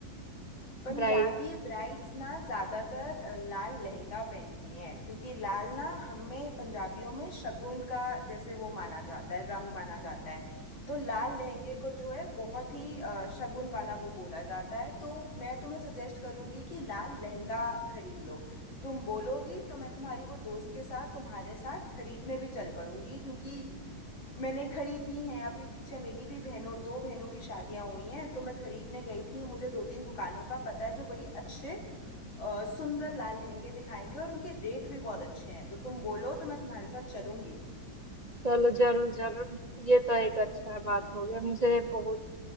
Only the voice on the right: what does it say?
ब्राइड
चलो जरूर जरूर ये तो एक अच्छा बात हो गया मुझे बहुत